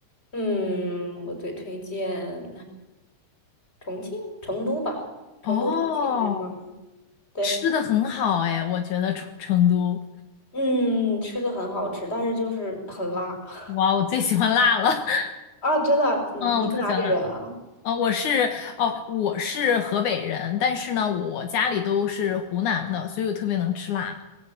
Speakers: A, on the left; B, on the left.
A: 嗯，我最推荐。重庆、成都吧，
B: 哦，
A: 成都、重庆这方面，对，
B: 吃的很好哎，我觉得成成都，
A: 嗯，吃的很好吃，但是就是很辣 <laughs>
B: 哇，我最喜欢辣了。<laughs>
A: 啊！真的，你你是哪里人啊？
B: 嗯，我特喜欢辣。哦，我是哦，我是河北人，但是呢，我家里都是湖南的，所以我特别能吃辣。